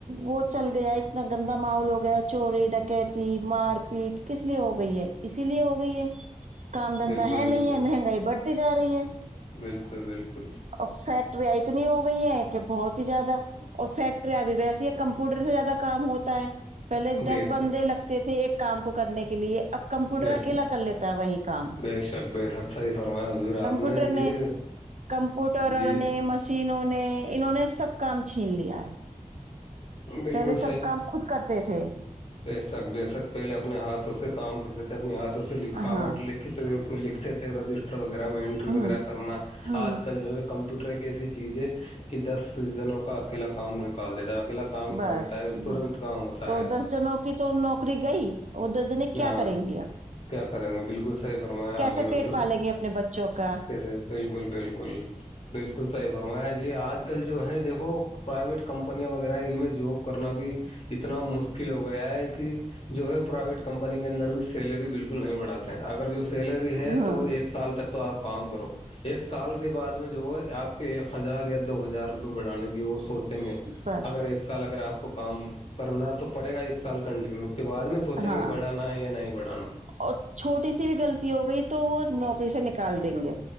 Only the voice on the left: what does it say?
بالکل
بالکل
بالکل بالکل
بے
شک
بے
شک
بے شک بے شک صحیح فرمایا حضور آپ
جی
جی
بالکل
س بے شک پہلے اپنے ہاتھ سے کام کرتے تھے اپنے ہاتھوں لکھاوٹ
لکھت لکھتے تھے رجسٹر وغیرہ میں اینٹری
وغیرہ کرنا
آج کل جو ہے کمپیوٹر ایک ایسی چیز ہے کہ دس جنوں کا اکیلا کام نکال دیتا ہے اکیلا کام
کر دیتا ہے اور ترنت
کام ہوتا
ہے
ہاں
کیا کریں گے بالکل صحیح فرمایا
آپ نے
حضور
کیسے بالکل بالکل بالکل صحیح فرمایا یہ آج کل جو ہے دیکھو پرائیویٹ کمپنیاں وغیرہ ان میں جاب کرنا بھی اتنا مشکل ہو گیا ہے کہ جو ہے پرائیویٹ کمپنی کے اندر بھی سیلری بالکل نہیں بڑھاتے اگر جو سیلری ہے
تو ایک سال تک تو آپ کام کرو ایک سال کے بعد میں جو آپ ایک ہزار یا دو ہزار روپئے بڑانے کی وہ سوچ ہ گے
اگر ایک سال اگر آپ کو کو کام کرنا تو پڑے گا ایک سال کنٹینیو اس کے بعد میں سوچیں
گے بڑھانا ہے یا نہیں بڑھانا